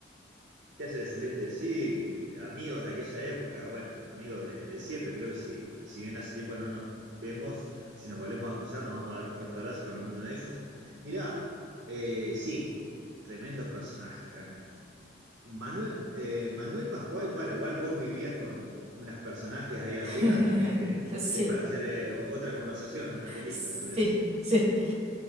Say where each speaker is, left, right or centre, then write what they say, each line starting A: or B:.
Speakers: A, on the right; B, on the right.
A: ¿Qué haces, Celeste? Sí, mi- mi- amigos de aquella época, bueno, amigos de, de siempre. Creo que si, si bien hace tiempo no nos vemos, si nos volvemos a cruzar, nos vamos a dar un fuerte abrazo con alguno de ellos. Mirá, eh, sí, tremendos personajes realmente. Manuel, eh, Manuel Pascual, bueno, igual vos vivías con unos personajes ahí arriba
B: <laughs>
A: también, que
B: Sí,
A: es para hacer eh, o- otra conversación, una película
B: sí,
A: sobre eso.
B: sí.